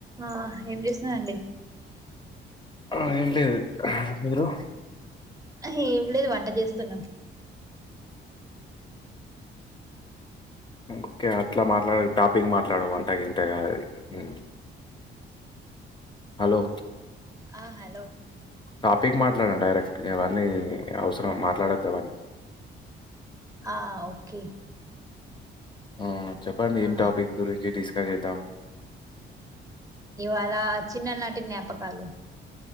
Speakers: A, on the right; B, on the left.
A: ఆ ఏం చేస్తున్నా అండి
B: ఆ ఏం లేదు మీరు
A: అ ఏం లేదు వంట చేస్తున్నాం
B: ఓకే అట్లా మాట్లాడ టాపిక్ మాట్లాడవు వంట ఇంటగా ఉమ్ హలో
A: ఆ హలో
B: టాపిక్ మాట్లాడన్ డి డైరెక్ట్ ఇవన్నీ అవసరం మాట్లాడద్ అవన్నీ
A: ఆ ఓకే
B: ఆ చెప్పండి
A: ఆ
B: ఏం టాపిక్ గురించి డిస్కస్ చేద్దాం
A: ఇవాళ చిన్ననాటి జ్ఞాపకాలు